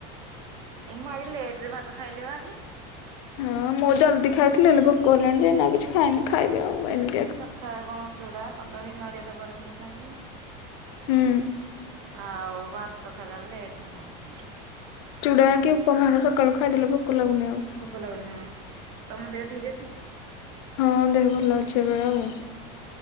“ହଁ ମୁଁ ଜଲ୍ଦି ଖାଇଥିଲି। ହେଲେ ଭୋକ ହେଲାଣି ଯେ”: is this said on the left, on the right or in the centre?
Left